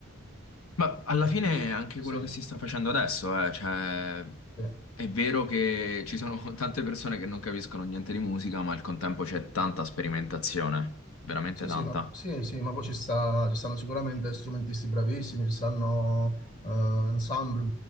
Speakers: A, on the left (about 80°); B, on the left (about 40°).
A: Ma alla
B: E
A: fine
B: qui,
A: è anche
B: sì,
A: quello che si sta facendo adesso, eh, cioè...
B: sì.
A: È vero che ci sono <laughs> tante persone che non capiscono niente di musica, ma al contempo c'è tanta sperimentazione, veramente
B: Sì,
A: tanta.
B: sì, ma, sì, sì, ma poi ci sta- ci stanno sicuramente strumentisti bravissimi, ci stanno eh, ensemble